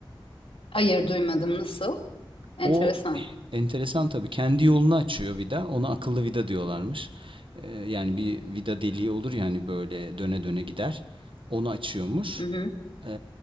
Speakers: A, on the left; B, on the right.
A: Hayır duymadım nasıl? Enteresan.
B: O <laughs> enteresan tabii. Kendi yolunu açıyor vida. Ona akıllı vida diyorlarmış. E, yani bir vida deliği olur ya hani böyle döne döne gider. Onu açıyormuş.
A: Hı hı.
B: E,